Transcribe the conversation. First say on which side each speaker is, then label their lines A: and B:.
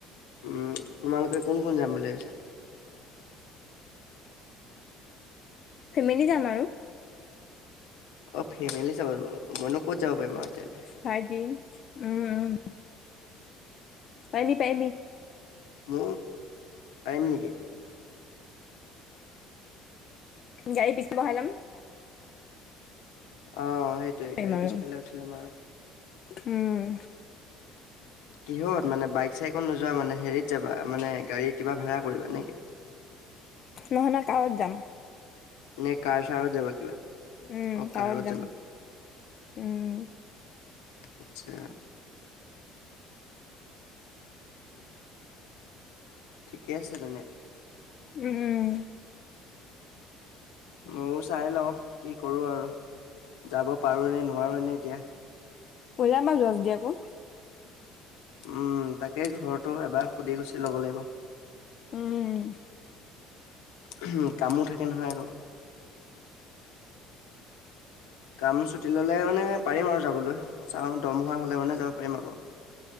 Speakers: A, on the left; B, on the left.
A: উম তোমালোকে কোন কোন যাম বুলি ভাবিছা
B: ফেমেলি যাম আৰু
A: অ ফেমিলি যাব তাৰ মনে ক'ত যাব পাৰি মাৰ তেল
B: ভাইট উম উম। পাইবি পাইবি
A: মোৰ পাৰিম নেকি
B: গাড়ী পিছম হলাম
A: অ সেইটোয়ে
B: পাৰিম
A: গাড়ী
B: আৰু
A: পিছফালে উঠিলম আৰু
B: উম
A: <inaudible> কিহত মানে বাইক, চাইক নোযোৱা মানে হেৰিত যাবা মানে গাড়ী কিবা ভাড়া কৰিবা নেকি?
B: নহয় -নহয় কাৰত যাম।
A: নে কাৰ -চাৰত যাবা কিবা।
B: উম,
A: অ
B: কাৰত
A: যাবা
B: যাম। উম
A: আচ্ছা। ঠিকে আছে তেনে
B: উম -উম
A: ময়ো চাই লওঁ কি কৰো আৰু যাব পাৰো নে নোৱাৰো নে এতিয়া
B: উলাবা যজ দি আকৌ।
A: উম, তাকেই ঘৰতো এবাৰ সুধি গুচি ল'ব লাগিব।
B: উম
A: ওহো কামো থাকে নহয় আকৌ কাম ছুটি ল'লে মানে পাৰিম আৰু যাবলৈ চাওঁ দৰমহা হলে মানে যাব পাৰিম আকৌ।